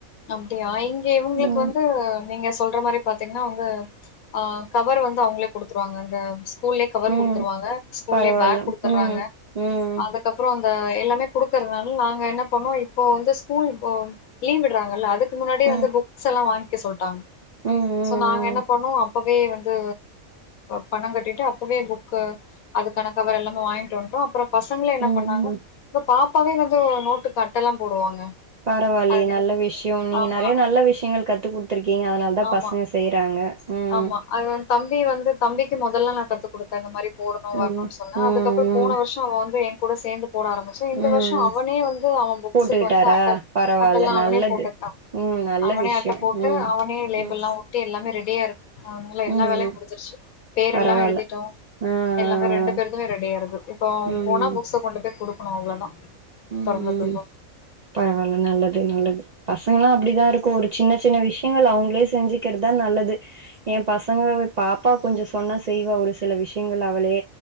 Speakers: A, on the left; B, on the right.
A: அப்டியா இங்க இவங்களுக்கு
B: ம்
A: வந்து நீங்க சொல்ற மாரி பாத்தீங்கன்னா வந்து ஆஹ் கவர் வந்து அவங்களே குடுத்துருவாங்கங்க ஸ்கூல்லையே கவர்
B: ம்
A: கொடுத்துருவாங்க ஸ்கூல்லையே
B: பரவால்ல
A: பேக் குடுத்துடுறாங்க
B: ம் ம்
A: அதுக்கப்பறோ அந்த எல்லாமே கொடுத்துடறாங்க நாங்க என்ன பண்ணோம் இப்போ வந்து ஸ்கூல் லீவ் விடுறாங்க அதுக் முன்னாடி
B: ம் ம்
A: வந்து புக்ஸ் எல்லாம் வாங்க சொல்டாங்க
B: ம்
A: நாங்க என்ன
B: ம்
A: பண்ணோ அப்பவே வந்து பணம் கட்டிட்டு அப்பவே புக் அதுக்கான கவர் எல்லாம வாங்கிட்டு வந்து அப்பறோ பசங்கள என்ன
B: ம்
A: பண்ணாங்க
B: ம்
A: இப்ப பாப் அப்பாவே வந்து நோட்டுக்கு அட்டலா போடுவாங்க
B: பரவாயில்லையே
A: அது
B: நல்ல விஷ்யோ நீங்க
A: ஆமா,
B: நெறைய நல்ல விஷயங்கள் கத்துக்குடுத் கொடுத்து இருக்கீங்க அதனால தான்
A: ஆமா.
B: பசங்க செய்றாங்க ம்
A: ஆமா அது தம்பி வந்து தம்பிக்கு முதல்ல நான் கத்து கொடுத்தேன் இந்த மாதிரி போடணு
B: ம்
A: வரணும்னு சொன்ன
B: ம்
A: அதுக்கப்பறோ போன வருஷோ அவன் வந்து என் கூட சேர்ந்து போட ஆரம்பிச்ச இந்த
B: ம்
A: வருஷம்
B: ம்
A: அவனே வந்து அவன் புக்ஸ்க்கு
B: போட்டுக்கிட்டாரா
A: வந்து அட்டல்
B: பரவால்ல
A: அட்டல்ல்லாம் அவனே
B: நல்லது
A: போட்டுட்டான்
B: ம் நல்ல
A: அவனே
B: விஷ்யோ
A: அட்டை போட்டு
B: ம்
A: அவனே லேபிள்
B: ம்
A: எல்லாம் ஒட்டி எல்லாமே ரெடி டிய அதனால எல்லா
B: ம்
A: வேலையும்
B: ம்
A: முடிஞ்சிருச்சு பேர்
B: பரவால்ல
A: எல்லாமே எடுதிட்டோம்
B: ஆ
A: எல்லாமே ரெண்டு
B: ஆ
A: பேருதுமே ரெடியா இருக்கு இப்போ
B: ம்
A: போனா புக்ஸ் கொண்டு போய் குடு அவ்ளோதான்
B: ம்
A: தொறந்ததுக்கு.
B: ம் பரவால்ல நல்லது நல்லது பசங்கல்லா அப்டிதான் இருக்கூ ஒரு சின்ன சின்ன விஷயங்கள் அவுங்களே செஞ்சுக்கிறதுதான் நல்லது என் பசங்க பாப்பா கொஞ்சோ சொன்னா செய்வ ஒரு சில விஷயங்கள் அவளே